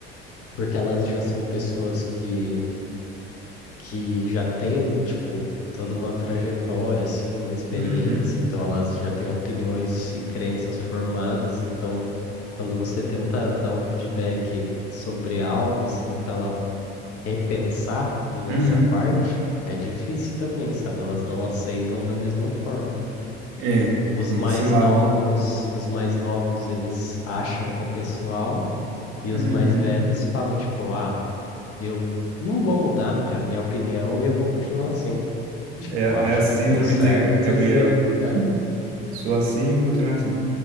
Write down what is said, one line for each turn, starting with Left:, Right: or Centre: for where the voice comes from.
Left: porque elas já são pessoas que, que já têm, tipo, toda uma trajetória, assim, uma experiência,
Right: uhum,
Left: então elas já têm opiniões e crenças formadas, então quando você tenta dar um feedback sobre algo assim para ela repensar nessa
Right: uhum.
Left: parte é difícil também, sabe? Elas não aceitam da mesma forma.
Right: É,
Left: Os
Right: tem
Left: mais
Right: esse lado.
Left: novos, os mais novos, eles acham que é pessoal e
Right: Uhum.
Left: os mais velhos falam tipo, ah, eu não vou mudar, é a minha opinião e eu vou continuar assim. Tipo,
Right: É,
Left: acham
Right: é a síndrome
Left: que estão certos
Right: de Gabriela.
Left: e é.
Right: Sou assim e vou continuar assim.